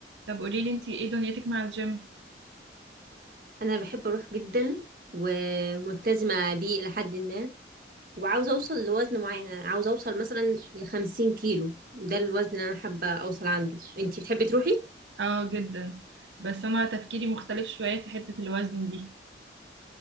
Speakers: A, on the right (about 80°); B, on the right (about 50°).
A: طب قولي لي انتي ايه دنيتك مع الجيم
B: انا بحب اروح جدا وملتزمه بيه الى حد ما وعاوزه اوصل لوزن معين أنا عاوزه اوصل مثلا لخمسين كيلو ده الوزن اللي انا حابه اوصل عنده انتي بتحبي تروحي
A: اه جدا بس انا تفكيري مختلف شوية في حتة الوزن دي